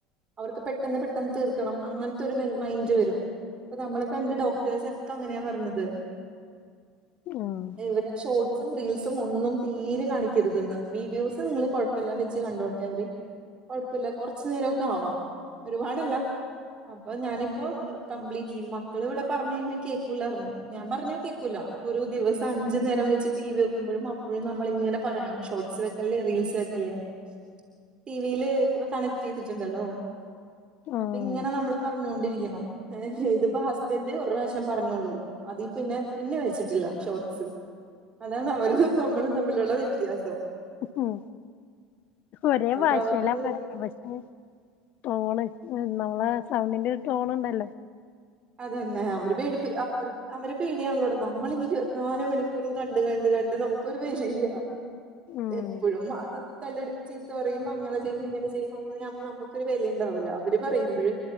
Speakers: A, on the right; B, on the left.
A: അവർക്ക് പെട്ടെന്ന് പെട്ടെന്ന് തീർക്കണം അങ്ങനത്തൊരു മൈൻഡ് വരും ഇപ്പോ നമ്മള് കണ്ട ഡോക്ടേഴ്സോക്കെ അങ്ങനെയാ പറഞ്ഞത്
B: ഉം
A: ഇവരെ ഷോർട്സും റീൽസും ഒന്നും തീരെ കാണിക്കരുതെന്ന് വീഡിയോസ് നിങ്ങള് കൊഴപ്പോ എല്ലാ വെച്ച് കണ്ടോട്ടവര് കൊഴപ്പല്ല കൊറച്ചുനേരൊക്കാവാം ഒരുപാടല്ല അപ്പൊ ഞാനിപ്പോ കംപ്ലീറ്റ്ലി മക്കൾ ഇവിടെ പറഞ്ഞഴിഞ്ഞാ കേക്കൂലാർന്നു ഞാൻ പറഞ്ഞ കേക്കൂല. ഒരു ദിവസ അഞ്ചു നേരം വെച്ച് ടി വി വെക്കുമ്പോഴും അപ്പോഴും നമ്മളിങ്ങനെ പറയണം ഷോട്സ് വെക്കല്ലേ റീൽസ് വെക്കല്ലെന്ന് ടി വീ ല് കണക്ട് ചെയ്തിട്ടുണ്ടല്ലോ
B: ആഹ്
A: അപ്പൊ ഇങ്ങനെ നമ്മൾ പറഞ്ഞോണ്ടിരിക്കണം ഇതിപ്പോ ഹസ്ബൻ്റ് ഒരു പ്രാശ്യം പറഞ്ഞോള്ളൂ അതി പിന്നെ പിന്നെ വെച്ചി ട്ടില്ല ഷോട്സ് അതാണ് അവര് നമ്മളും തമ്മിലുള്ള വ്യത്യാസം
B: ആഹ് ഒരേ
A: അപ്പൊ
B: ഭാഷയിലാ
A: അവർക്ക്
B: പറയാ പക്ഷെ ടോണ് മ്മളെ സൗണ്ടിന്റെ ഒരു ടോൺണ്ടല്ലോ.
A: അതന്നേ അവരു പേടിപ്പിക്ക് അവര് അവരെ പേടിയാണല്ലോട നമ്മളഞ്ഞിരുപത്ത്നാല് മണിക്കൂറും കണ്ട് കണ്ട് കണ്ട് നമുക്കൊരു വേലയില്ല
B: ഉം
A: എപ്പോഴും അഹ് തല്ലൂടി ചീത്ത പറയുമ്പൊങ്ങനെ ചെയ്യും ഇങ്ങനെ ചെയ്യും അ അങ്ങനെയാകുമ്പോ നമ്മുക്കൊരു വെലയുണ്ടാവൂലൊ അവര് പറയുമ്പഴ്